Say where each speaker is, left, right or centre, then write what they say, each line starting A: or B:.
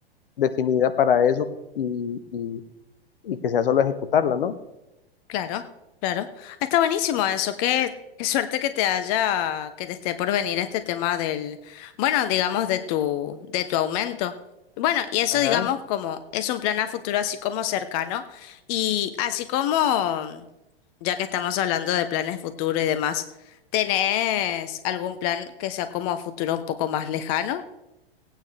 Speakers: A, on the left (about 65°); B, on the left (about 40°).
A: definida para eso y, y, y que sea solo ejecutarla, ¿no?
B: Claro, claro. Está buenísimo eso. Qué, qué suerte que te haya, que te esté por venir este tema del, bueno, digamos, de tu, de tu aumento. Bueno, y eso,
A: Ajá.
B: digamos, como es un plan a futuro así como cercano. Y así como, ya que estamos hablando de planes futuro y demás, ¿tenés algún plan que sea como a futuro un poco más lejano?